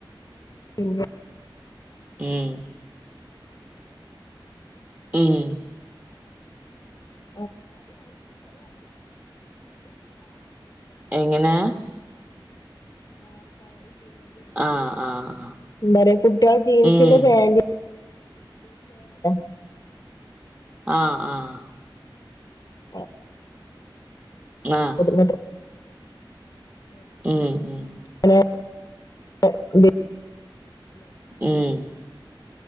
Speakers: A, on the left (about 45°); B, on the right (about 20°).
A: <unintelligible>
B: ഉം ഉം
A: <unintelligible> <unintelligible> <unintelligible>
B: എങ്ങനെ ആഹ് ആഹ് ആഹ്
A: പറയ കുട്ടിയളെ ജീൻസിന്റെ
B: ഉം
A: പാന്റ് <unintelligible>
B: ആഹ് ആഹ്
A: <unintelligible>
B: ആഹ്
A: <unintelligible>
B: ഉം ഉം
A: <unintelligible>
B: ഉം